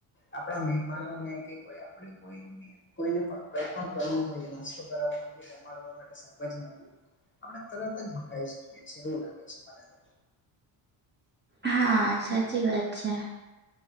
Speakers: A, on the left; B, on the right.
A: આપણા મહેમાનોને કે કોઈ આપણે કોઈ કોઈને પણ કઈ પણ કરવું હોય નાસ્તો કરો હોય જમાડવા માટે શાકભાજી ના આપણે તરત જ મંગાવી શકીએીએ એવું લાગે છે મને તો
B: હા સાચી વાત છે